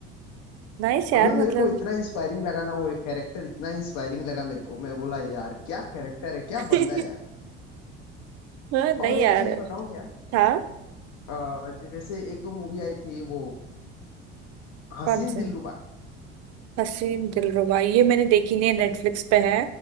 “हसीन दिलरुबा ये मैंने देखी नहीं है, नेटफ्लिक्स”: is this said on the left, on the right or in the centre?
Right